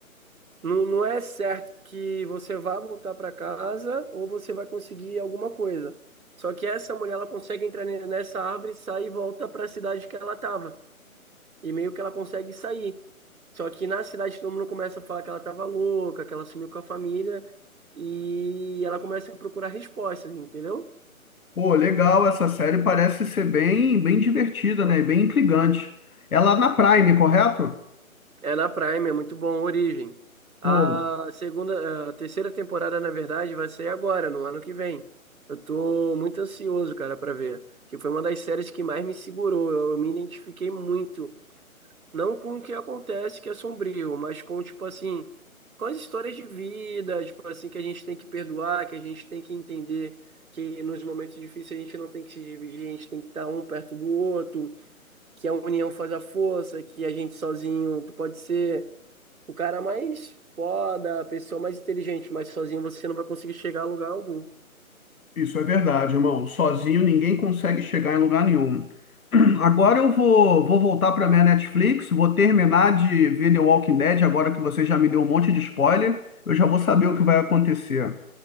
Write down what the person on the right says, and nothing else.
Não, não é certo que você vá voltar para casa ou você vai conseguir alguma coisa. Só que essa mulher, ela consegue entrar ne- nessa árvore, sai e volta para a cidade que ela estava. E meio que ela consegue sair. Só que na cidade todo mundo começa a falar que ela estava louca, que ela sumiu com a família. E ela começa a procurar respostas, entendeu?
É na Prime, é muito bom, Origem. A
segunda, a terceira temporada, na verdade, vai sair agora, no ano que vem. Eu tô muito ansioso, cara, pra ver. Que foi uma das séries que mais me segurou. Eu, eu me identifiquei muito. Não com o que acontece, que é sombrio, mas com, tipo assim, com as histórias de vida, tipo assim, que a gente tem que perdoar, que a gente tem que entender que nos momentos difíceis a gente não tem que se dividir, a gente tem que estar um perto do outro, que a união faz a força, que a gente sozinho, tu pode ser o cara mais foda, a pessoa mais inteligente, mas sozinho você não vai conseguir chegar a lugar algum.